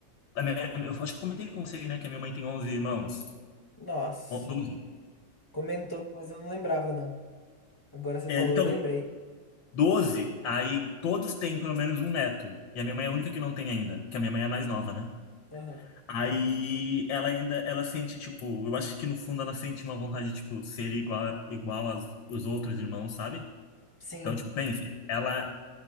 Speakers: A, on the left (about 85°); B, on the left (about 20°).
A: a minha- eu acho que eu comentei com você, né, que a minha mãe tem 11 irmãos.
B: Nossa.
A: Ó, 12.
B: Comentou, mas eu não lembrava, não. Agora você
A: É,
B: falou,
A: então,
B: eu lembrei.
A: doze aí todos têm pelo menos um neto. E a minha mãe é a única que não tem ainda, que a minha mãe é a mais nova, né?
B: Aham.
A: Aí ela ainda, ela sente, tipo, eu acho que no fundo ela sente uma vontade de, tipo, ser igual, igual aos, os outros irmãos, sabe?
B: Sim.
A: Então, tipo, pense, ela,